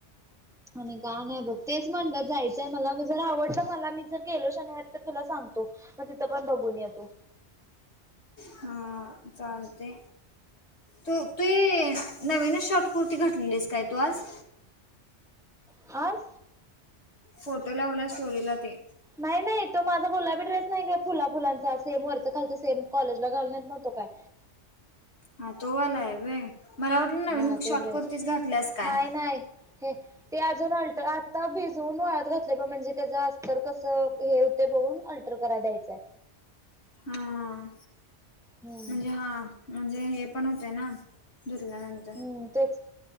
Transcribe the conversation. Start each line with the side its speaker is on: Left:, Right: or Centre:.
Centre: आणि का नाही बघ तेच म्हणतात जायचं. मला जर आवडलं मला मी जर गेलो शनिवारी तर तुला सांगतो, मग तिथं पण बघून येतो.
Left: हा हा चालते. तू तू नवीनच शॉर्ट कुर्ती घातटलेलीस काय तू आज.
Centre: ह <unintelligible>
Left: फोटो लावल्या स्टोरीला ते.
Centre: नाही नाही तो माझा गुलाबी ड्रेस नाही का फुला फुलांचा सेम वरच खालच सेम कॉलेजला घालण्यात ना तो काय.
Left: हा तोवाला आहे वे मला वाटलं नवीन
Centre: हा तो
Left: शॉर्टकुर्तीच
Centre: ड्रेस
Left: घातल्यास काय.
Centre: नाही नाही. हे ते अजून हलत आता भिजवून वाळत घातले ब म्हणजे त्याचं अस्तर कसं हे. ते बघून अल्टर करा द्यायचंय.
Left: हा
Centre: हम्म
Left: म्हणजे हा म्हणजे हे पण होते ना धुरल्यानंतर.
Centre: हम्म तेच